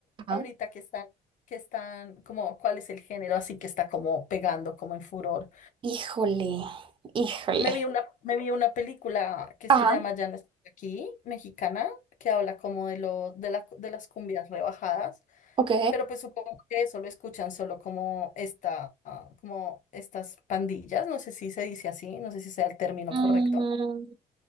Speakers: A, on the right; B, on the left.
A: ajá.
B: a- ahorita que están, que están, como, ¿cuál es el género? Así que está como pegando, como en furor.
A: Híjole, híjole.
B: Me vi una, me vi una película que
A: Ajá,
B: se llama Ya no estoy aquí, mexicana, que habla como de lo, de la, de las cumbias rebajadas,
A: ok.
B: pero pues supongo que eso lo escuchan solo como esta, ah, como estas pandillas, no sé si se dice así, no sé si sea el término
A: Mm,
B: correcto,